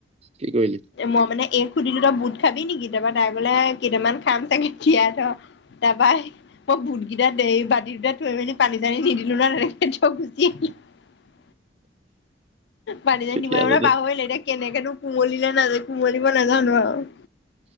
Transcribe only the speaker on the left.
মই মানে এই সুধিলো তই বুট খাবি নেকি? কেতিয়াবা তাই বোলে কেইটামান খাম চাগে তিয়াই থ। তাৰপা মই বুট কেইটাত দেহি বাতিটোতে থৈ মেলি পানী চানী নিদিলোঁ ন তেনেকে থয় গুচি আহিলোঁ। <unintelligible> পানী চানি
দিবলৈ
মানে
পাহৰিলোঁ। এতিয়া কেনেকেনো কোমলিলে নাজানো কুমলিব নাজানো আৰু।